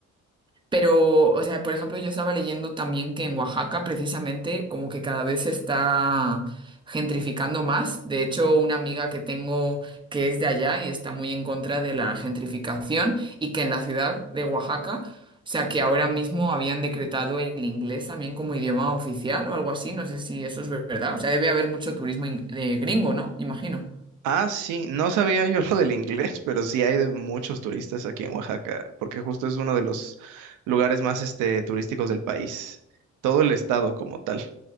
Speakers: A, on the right; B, on the right.
A: Pero, o sea, por ejemplo, yo estaba leyendo también que en Oaxaca precisamente como que cada vez se está gentrificando más. De hecho, una amiga que tengo que es de allá y está muy en contra de la gentrificación y que en la ciudad de Oaxaca, o sea, que ahora mismo habían decretado el inglés también como idioma oficial o algo así. No sé si eso es verdad. O sea, debe haber mucho turismo in- de gringo, ¿no? Imagino.
B: Ah, sí, no sabía yo lo del inglés, pero sí hay de muchos turistas aquí en Oaxaca, porque justo es uno de los lugares más este, turísticos del país, todo el estado como tal.